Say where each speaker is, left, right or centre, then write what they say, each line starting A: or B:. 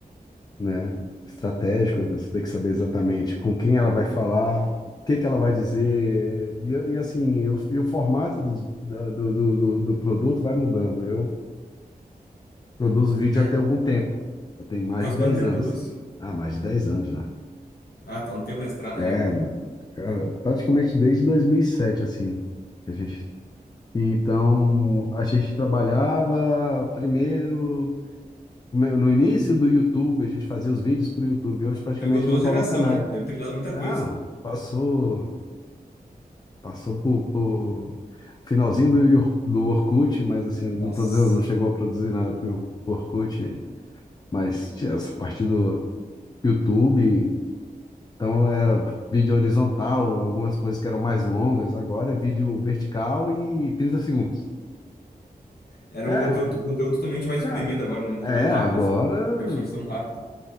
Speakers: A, on the left; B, on the left.
A: né, estratégico, Você tem que saber exatamente com quem ela vai falar, o que que ela vai dizer, e, e assim, eu- e o formato dos- da- do, do, do, do produto vai mudando. Eu produzo vídeo
B: É.
A: até algum tempo, já tem mais
B: Faz
A: de dez
B: quanto tempo
A: anos.
B: produz?
A: Ah, mais de 10 anos já.
B: Ah, tá um tempo na estrada
A: É,
B: já.
A: da- cara, praticamente desde 2007, assim, que a gente... Então, a gente trabalhava primeiro No no início do YouTube, a gente fazia os vídeos para o YouTube. Hoje praticamente
B: Pegou duas
A: não coloca
B: gerações,
A: nada.
B: né? Deve ter mudado muita
A: Ah,
B: coisa.
A: passou, passou por, por finalzinho do, Yor- do Orkut, mas assim, não
B: Nossa.
A: produziu, não chegou a produzir nada para o Orkut. Mas tinha essa parte do YouTube, então era vídeo horizontal, algumas coisas que eram mais longas. Agora é vídeo vertical e 30 segundos.
B: Era
A: É,
B: um conteúdo, um conteúdo totalmente mais
A: cara,
B: espremido agora, né? Um conteúdo
A: é,
B: rápido,
A: agora.
B: assim. De absorção rápida.